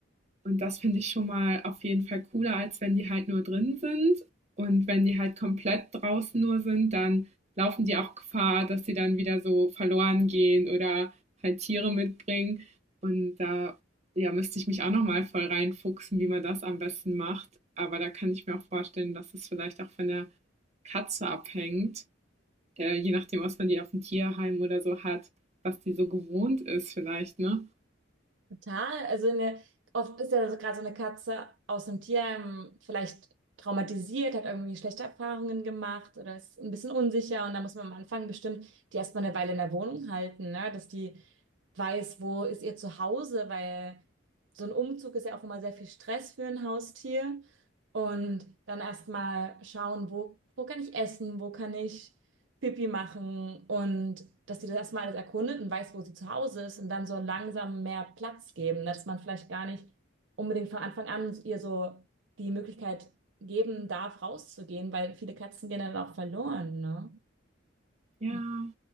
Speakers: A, on the right; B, on the right.
A: Und das finde ich schon mal auf jeden Fall cooler, als wenn die halt nur drin sind. Und wenn die halt komplett draußen nur sind, dann laufen die auch Gefahr, dass sie dann wieder so verloren gehen oder halt Tiere mitbringen. Und da ja, müsste ich mich auch nochmal voll reinfuchsen, wie man das am besten macht. Aber da kann ich mir auch vorstellen, dass es vielleicht auch von der Katze abhängt, äh, je nachdem, was man die auf dem Tierheim oder so hat, was die so gewohnt ist vielleicht, ne?
B: Total. Also eine, oft ist ja so gerade so eine Katze aus einem Tierheim vielleicht traumatisiert, hat irgendwie schlechte Erfahrungen gemacht oder ist ein bisschen unsicher und da muss man am Anfang bestimmt die erstmal eine Weile in der Wohnung halten, ne? Dass die weiß, wo ist ihr Zuhause, weil so ein Umzug ist ja auch immer sehr viel Stress für ein Haustier und dann erstmal schauen, wo, wo kann ich essen, wo kann ich Pipi machen und dass sie das erstmal alles erkundet und weiß, wo sie zu Hause ist und dann so langsam mehr Platz geben, dass man vielleicht gar nicht unbedingt von Anfang an ihr so die Möglichkeit geben darf, rauszugehen, weil viele Katzen gehen dann auch verloren, ne?
A: Ja,
B: Ja.